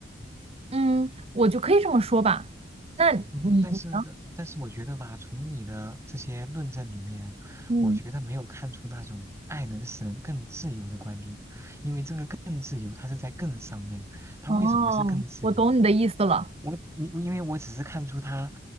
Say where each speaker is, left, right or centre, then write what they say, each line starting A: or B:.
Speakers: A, on the right; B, on the right.
A: 嗯，我就可以这么说吧。那你你呢
B: 嗯，但是但是我觉得吧，从你的这些论证里面，
A: 嗯
B: 我觉得没有看出那种爱能使人更自由的观点，因为这个更自由，它是在更上面，它为什么是更自由？
A: 哦，我懂你的意思了。
B: 我你因为我只是看出它，